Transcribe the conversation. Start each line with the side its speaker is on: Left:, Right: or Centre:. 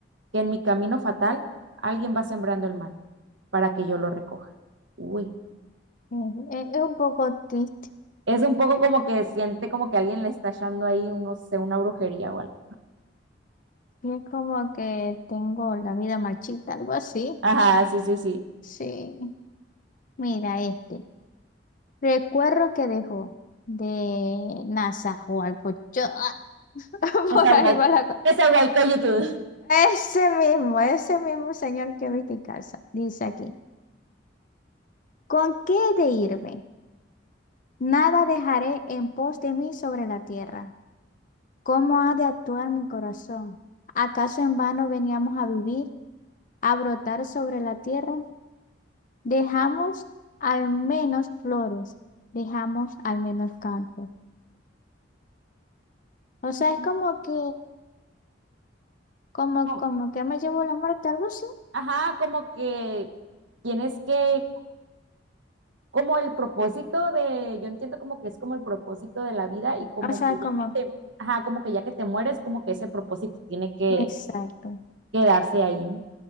Right: que en mi camino fatal alguien va sembrando el mal para que yo lo recoja. Uy,
Left: es, es- es un poco triste.
Right: es un poco como que siente como que alguien le está echando ahí, un- no sé, una brujería o algo.
Left: Es como que tengo la vida marchita, algo así.
Right: Ajá, sí, sí, sí.
Left: Sí, mira este. Recuerdo que dejó de Nazahualcóyotl. <laughs>
Right: Nezahual-
Left: Por ahí va la cosa.
Right: Nezahualcóyotl.
Left: Ese mismo, ese mismo señor que vi en casa. Dice aquí: ¿Con qué he de irme? Nada dejaré en pos de mí sobre la tierra. ¿Cómo ha de actuar mi corazón? ¿Acaso en vano veníamos a vivir, a brotar sobre la tierra? Dejamos al menos flores, dejamos al menos cantos. O sea,
Right: <laughs>
Left: es como que. Como,
Right: Como-
Left: como que me llevó la muerte, algo así.
Right: Ajá, como que tienes que como el propósito de, yo entiendo como que es como el propósito de la vida y como
Left: O sea,
Right: que ya
Left: como,
Right: que te, ajá, como que ya que te mueres, como que ese propósito tiene que
Left: exacto.
Right: quedarse ahí, ¿no?